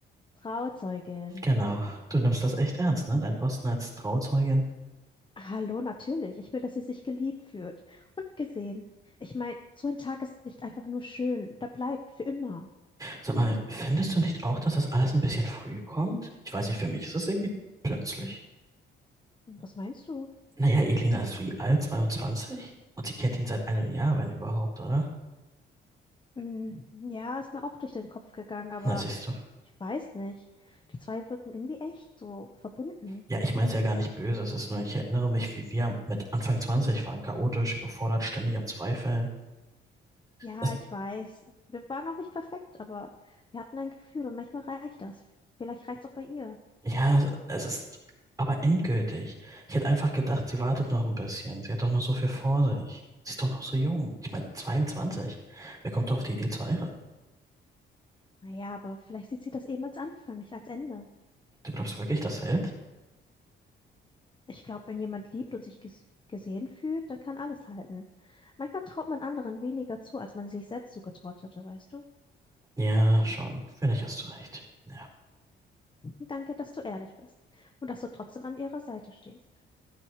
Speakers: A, on the left; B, on the right.
A: Trauzeugin.
B: Genau. Du nimmst das echt ernst, ne? Dein Posten als Trauzeugin.
A: Hallo, natürlich. Ich will, dass sie sich geliebt fühlt und gesehen. Ich meine, so ein Tag ist nicht einfach nur schön, da bleibt für immer.
B: Sag mal, findest du nicht auch, dass das alles ein bisschen früh kommt? Ich weiß nicht, für mich ist es irgendwie plötzlich.
A: Hm. Was meinst du?
B: Naja, Elina ist wie alt? zweiundzwanzig, Und sie kennt ihn seit einem Jahr, wenn überhaupt, oder?
A: Mm, Ja, ist mir auch durch den Kopf gegangen, aber
B: Na, siehst du.
A: ich weiß nicht. Die zwei wirken irgendwie echt so verbunden.
B: Ja, ich meine es ja gar nicht böse. Es ist nur, ich erinnere mich, wie wir mit Anfang 20 waren. Chaotisch, überfordert, ständig am Zweifeln.
A: Ja,
B: Es,
A: ich weiß. Wir waren auch nicht perfekt, aber wir hatten ein Gefühl und manchmal reicht das. Vielleicht reicht's auch bei ihr.
B: ja, es ist aber endgültig. Ich hätte einfach gedacht, sie wartet noch ein bisschen. Sie hat doch noch so viel vor sich. Sie ist doch noch so jung. Ich meine, 22. Wer kommt doch auf die Idee zu heiraten?
A: Naja, aber vielleicht sieht sie das eben als Anfang, nicht als Ende.
B: Du glaubst wirklich, das hält?
A: Ich glaube, wenn jemand liebt und sich ges gesehen fühlt, dann kann alles halten. Manchmal traut man anderen weniger zu, als man sich selbst zugetraut hätte, weißt du?
B: Ja, schon. Vielleicht hast du recht. Ja,
A: Danke, dass du ehrlich bist und dass du trotzdem an ihrer Seite stehst.